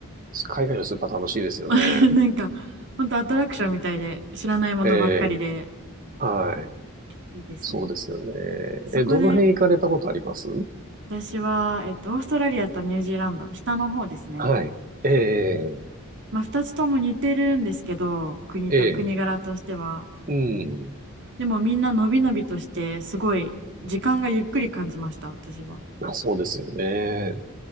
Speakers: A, on the right; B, on the right.
A: す海外のスーパー楽しいですよね。
B: <laughs> なんか、ほんとアトラクションみたいで、知らないものばっかりで、
A: ええ、はい。
B: いいですね。
A: そうですよね。
B: そこで、
A: え、どの辺行かれたことあります
B: 私は、えっと、オーストラリアとニュージーランド、下の方ですね。
A: はい。ええ、
B: まあ、2つとも似てるんですけど、国と、
A: ええ、
B: 国柄としては。
A: うん。
B: でもみんなのびのびとしてすごい時間がゆっくり感じました私は。
A: あ、そうですよね。